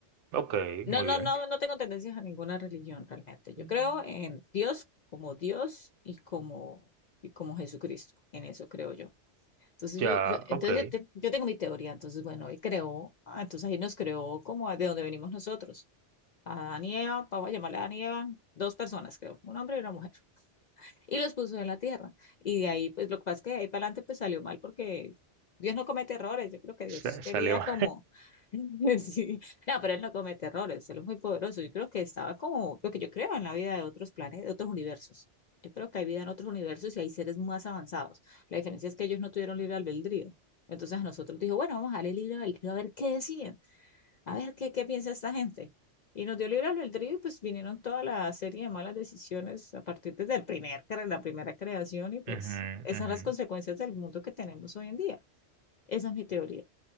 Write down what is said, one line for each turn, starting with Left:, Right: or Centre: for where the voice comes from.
Right: Ok,
Left: No,
Right: muy
Left: no,
Right: bien.
Left: no, no tengo tendencias a ninguna religión realmente. Yo
Right: Mm,
Left: creo en Dios como Dios y como, y como Jesucristo. En eso creo yo. Entonces
Right: Ya,
Left: yo, yo- entonces
Right: ok.
Left: yo, te- yo tengo mi teoría, entonces bueno, él creó, ah, entonces ahí nos creó como a- de donde venimos nosotros, a Adán y Eva, vamos a llamarle a Adán y Eva, dos personas creo, un hombre y una mujer y los puso en la tierra. Y de ahí, pues lo que pasa es que de ahí para adelante pues salió mal porque Dios no comete errores, yo creo que
Right: Sa-
Left: Dios
Right: salió.
Left: quería como...
Right: <laughs>
Left: <laughs> Sí. No, pero él no comete errores, él es muy poderoso. Yo creo que estaba como lo que yo creo en la vida de otros planetas, de otros universos. Yo creo que hay vida en otros universos y hay seres más avanzados. La diferencia es que ellos no tuvieron libre albedrío. Entonces a nosotros dijo, bueno, vamos a darle libre albedrío a ver qué deciden a ver qué, qué piensa esta gente. Y nos dio libre albedrío y pues vinieron toda la serie de malas decisiones a partir desde el primer, la primera creación y pues
Right: Ujú,
Left: esas
Right: ujú.
Left: son las consecuencias del mundo que tenemos hoy en día. Esa es mi teoría.